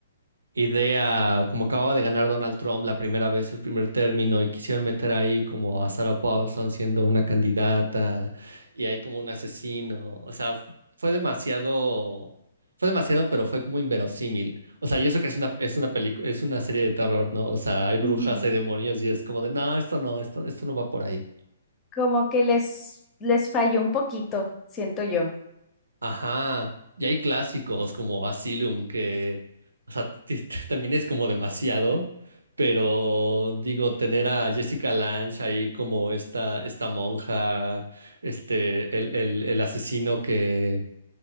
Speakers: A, on the right; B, on the left.
A: idea, como acababa de ganar Donald Trump la primera vez, el primer término, y quisieron meter ahí como a Sarah Paulson siendo una candidata, y hay como un asesino, o sea, fue demasiado, fue demasiado, pero fue como inverosímil. O sea, y eso que es una, es una película, es una serie de terror, ¿no? O sea, hay brujas,
B: Ujú.
A: hay demonios, y es como de, no, esto no, esto, esto no va por ahí.
B: Como que les, les falló un poquito, siento yo.
A: Ajá, y hay clásicos como Asylum que, o sea, <laughs> ti- ti- también es como demasiado, pero digo, tener a Jessica Lange ahí como esta, esta monja, este, el, el, el asesino que,